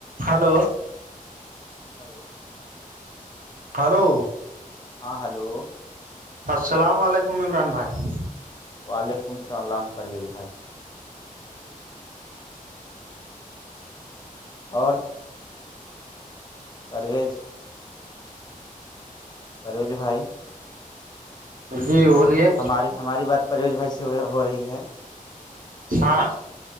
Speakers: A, on the right; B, on the left.
A: hello
B: hello
A: hello
B: ہاں hello
A: السلام علیکم عمران بھائی
B: وعلیکم السلام پرویز بھائی اور پرویز پروج بھائی
A: جی بولیے
B: ہماری ہماری بات پروز بھائی سے ہو رہی ہے
A: ہاں